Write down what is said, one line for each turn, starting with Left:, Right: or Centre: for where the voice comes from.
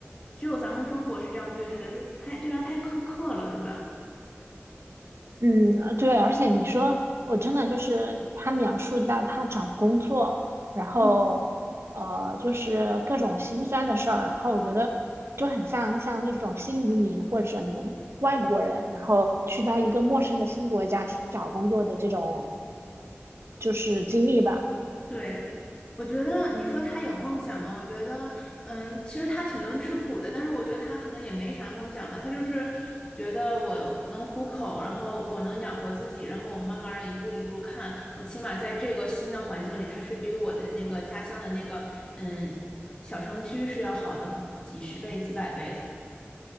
Left: 只有咱们中国是这样对他的，就是太对他太苛刻了，对吧？
Right: 嗯，呃对，而且你说我真的就是他描述到他找工作，然后呃，
Left: 嗯。
Right: 就是各种心酸的事儿，然后我觉得就很像像那种新移民或者你外国人，然后去到一个陌生的新国家找工作的这种就是经历吧。
Left: 对，我觉得你说他有梦想吗？我觉得，嗯，其实他挺能吃苦的，但是我觉得他可能也没啥梦想吧，他就是觉得我能糊口，然后我能养活自己，然后我慢慢的一步一步看，我起码在这个新的环境里，他是比我的那个家乡的那个嗯小城区是要好的几十倍、几百倍的。